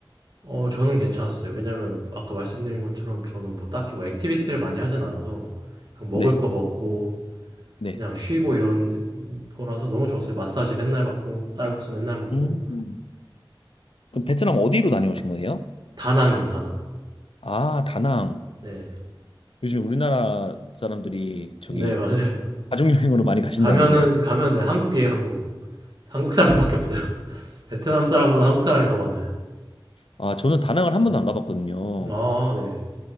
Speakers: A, on the right; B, on the left.
A: 어, 저는 괜찮았어요. 왜냐면 아까 말씀드린 것처럼 저는 뭐 딱히 뭐 액티비티를 많이 하진 않아서, 그냥 먹을
B: 네,
A: 거 먹고,
B: 네.
A: 그냥 쉬고 이런 거라서 너무 좋았어요. 마사지 맨날 받고, 쌀국수 맨날 먹고,
B: 음. 그럼 베트남 어디로 다녀오신 거예요?
A: 다낭이요, 다낭.
B: 아, 다낭.
A: 네.
B: 요즘 우리나라 사람들이
A: 네,
B: 저기
A: 맞아요. <laughs>
B: 가족여행으로 많이 가신다는데.
A: 가면은, 가면, 네, 한국이에요, 한국. 한국 사람밖에 없어요. <laughs> 베트남 사람보다 한국 사람이 더 많아요.
B: 아, 저는 다낭을 한
A: 네.
B: 번도 안 가봤거든요.
A: 아, 네.